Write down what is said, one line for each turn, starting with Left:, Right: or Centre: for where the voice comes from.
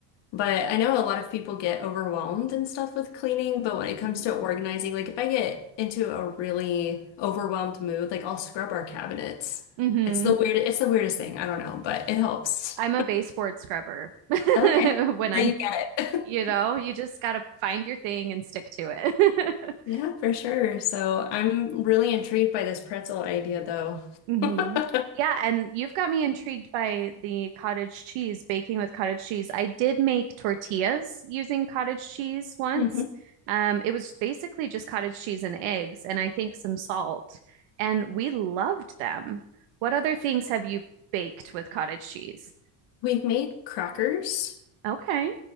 Left: But I know a lot of people get overwhelmed and stuff with cleaning, but when it comes
Right: hmm
Left: to organizing, like if I get into a really overwhelmed mood, like I'll scrub our cabinets.
Right: hmm
Left: It's the weird, it's the weirdest thing. I don't know, but it helps.
Right: I'm a baseboard scrubber <laughs>
Left: Okay,
Right: when I'm,
Left: so you get it.
Right: you
Left: <laughs>
Right: know, you just gotta find your thing and stick to it. <laughs>
Left: Yeah, for sure. So I'm really intrigued by this pretzel idea though.
Right: hmm
Left: <laughs>
Right: Yeah, and you've got me intrigued by the cottage cheese, baking with cottage cheese. I did make tortillas using cottage cheese once.
Left: Mhm.
Right: Um, it was basically just cottage cheese and eggs, and I think some salt, and we loved them. What other things have you baked with cottage cheese?
Left: We've made crackers.
Right: Okay.